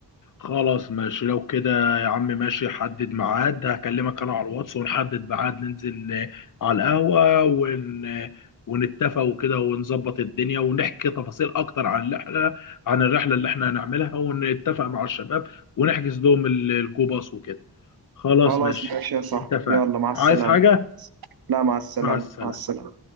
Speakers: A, on the left; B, on the right.
A: خلاص ماشي لو كده يا عم ماشي حدد ميعاد هكلمك انا على الواتس ونحدد ميعاد ننزل آه، على القهوة ون... آه، ونتفق وكده ونظبط الدنيا ونحكي تفاصيل اكتر عن الرحلة عن الرحلة اللي احنا هنعملها ونتفق مع الشباب ونحجز لهم ال- الجو باص وكده خلاص
B: خلاص
A: ماشي
B: ماشي يا صاحبي
A: اتفقنا
B: يلا مع السلامه
A: عايز حاجة
B: لا مع السلامه
A: مع السلامة
B: مع السلامه